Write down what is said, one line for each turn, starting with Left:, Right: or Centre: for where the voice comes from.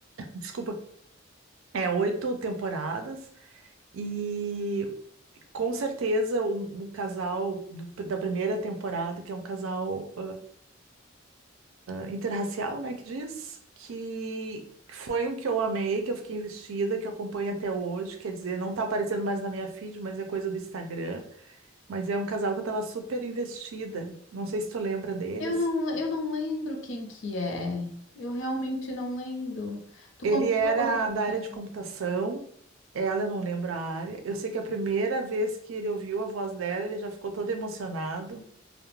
Right: desculpa, é oito temporadas. E com certeza o um, um casal do- da primeira temporada, que é um casal. interracial, né, que diz, que que foi um que eu amei, que eu fiquei investida, que eu acompanho até hoje, quer dizer, não tá aparecendo mais na minha feed, mas é coisa do Instagram, mas é um casal que eu tava super investida, não sei se tu lembra deles.
Left: Eu não, eu não lembro quem que é. Eu realmente não lembro. Tu
Right: Ele
Left: comprou
Right: era
Left: outro
Right: da área
Left: dia.
Right: de computação, ela eu não lembro a área, eu sei que a primeira vez que ele ouviu a voz dela, ele já ficou todo emocionado,